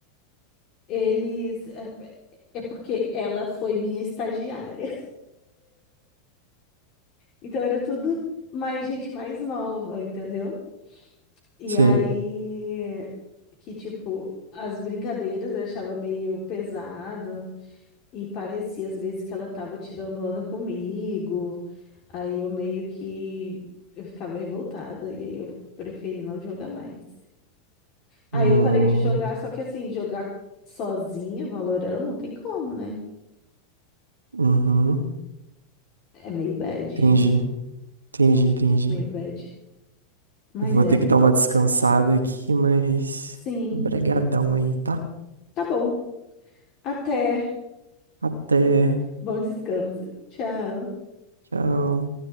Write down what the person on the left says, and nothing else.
eles. É é é porque ela foi minha estagiária. Então era tudo mais gente mais nova, entendeu? E
aí que tipo as brincadeiras eu achava meio pesado e parecia às vezes que ela tava tirando onda comigo. Aí eu meio que eu ficava revoltada e aí eu preferi não jogar mais. Aí
eu parei de jogar, só que assim, jogar sozinha, Valorant, não tem como, né?
É meio bad,
meio bad. Mas
é.
Sim,
tá bom. Até.
Bom descanso. Tchau.